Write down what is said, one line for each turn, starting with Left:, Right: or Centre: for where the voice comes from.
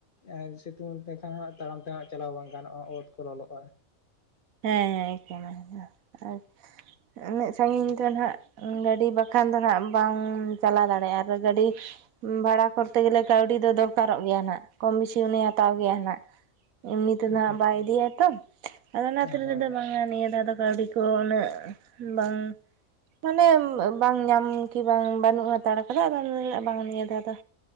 Left: ᱟᱨ ᱥᱤᱛᱩᱝ ᱛᱮᱠᱷᱟᱱ ᱦᱟᱸᱜ ᱛᱟᱲᱟᱢ ᱛᱮ ᱦᱟᱸᱜ ᱪᱟᱞᱟᱣ ᱵᱟᱝ ᱜᱟᱱᱚᱜᱼᱟ ᱚᱛ ᱠᱚ ᱞᱚᱞᱚᱜᱼᱟ᱾
Right: ᱦᱮᱸ ᱦᱮᱸ ᱮᱠᱟᱹᱞ ᱟᱨ ᱩᱱᱟᱹᱜ ᱥᱟᱺᱜᱤᱧ ᱛᱚ ᱱᱟᱦᱟᱸᱜ ᱜᱟᱹᱰᱤ ᱵᱟᱠᱷᱟᱱ ᱫᱚ ᱱᱟᱦᱟᱸᱜ ᱵᱟᱝ ᱪᱟᱞᱟᱣ ᱫᱟᱲᱮᱭᱟᱜᱼᱟ ᱟᱨ ᱜᱟᱹᱰᱤ ᱵᱷᱟᱲᱟ ᱠᱚᱨᱛᱮ ᱜᱮᱞᱮ ᱠᱟᱹᱣᱰᱤ ᱫᱚ ᱫᱚᱨᱠᱟᱨᱚᱜ ᱜᱮᱭᱟ ᱱᱟᱜ᱾ ᱠᱚᱢ ᱵᱮᱥᱤ ᱩᱱᱤᱭ ᱦᱟᱛᱟᱣ ᱜᱮᱭᱟ ᱱᱟᱜ ᱮᱢᱱᱤ ᱛᱮ
Left: ᱦᱮᱸ
Right: ᱟᱸᱜ ᱵᱟᱭ ᱤᱫᱤᱭᱟ ᱛᱚ ᱟᱫᱚ ᱚᱱᱟ
Left: ᱦᱮᱸ
Right: ᱛᱮ ᱞᱟᱹᱭ ᱫᱟ ᱵᱟᱝᱟ ᱱᱤᱭᱟᱹ ᱫᱷᱟᱣ ᱫᱚ ᱠᱟᱹᱣᱰᱤ ᱠᱚ ᱩᱱᱟᱹᱜ ᱵᱟᱝ ᱢᱟᱱᱮ ᱵᱟᱝ ᱧᱟᱢ ᱠᱤ ᱵᱟᱝ ᱵᱟᱹᱱᱩᱜ ᱦᱟᱛᱟᱲ ᱠᱟᱫᱟ ᱟᱫᱚ ᱵᱟᱝ ᱱᱤᱭᱟᱹ ᱫᱷᱟᱹᱣ ᱫᱚ